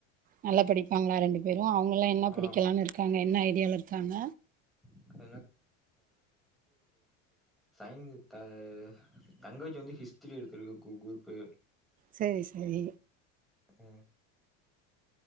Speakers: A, on the right; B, in the centre.
A: நல்லா படிப்பாங்ளா ரெண்டு பேரு அவங்குலா என்ன
B: ஆ
A: படிக்கலானு இருக்காங்க என்ன ஐடியால இருக்காங்க
B: <unintelligible> சயின் த தங்கச்சி வந்து ஹிஸ்ட்ரி எடுத்துருக்கு கு க்ரூப்பு
A: செரி செரி
B: அ